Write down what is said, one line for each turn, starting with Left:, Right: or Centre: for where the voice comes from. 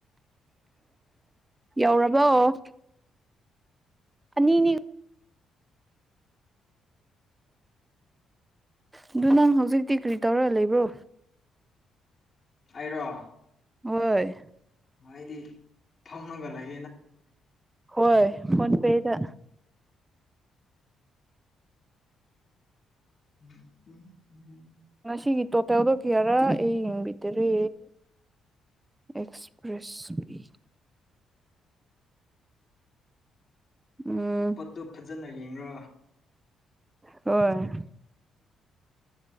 Right: ꯌꯧꯔꯕꯣ ꯑꯅꯤꯅꯤ ꯑꯗꯨ ꯅꯪ ꯍꯧꯖꯤꯛꯇꯤ ꯀꯔꯤ ꯇꯧꯔ ꯂꯩꯕ꯭ꯔꯣ
Left: ꯑꯩꯔꯣ
Right: ꯍꯣꯏ
Left: ꯑꯩꯗꯤ ꯐꯝꯃꯒ ꯂꯩ
Right: ꯍꯣꯏ ꯐꯣꯟ ꯄꯦꯗ
Left: ꯎꯝ
Right: ꯉꯁꯤꯒꯤ ꯇꯣꯇꯦꯜꯗꯣ ꯀꯌꯥꯔꯥ ꯑꯩ ꯌꯦꯡꯕꯤꯗꯔꯦ ꯑꯦꯛꯁꯄ꯭ꯔꯦꯁꯋꯤ ꯎꯝ
Left: ꯑꯗꯨ ꯐꯖꯅ ꯌꯦꯡꯔꯣ
Right: ꯍꯣꯏ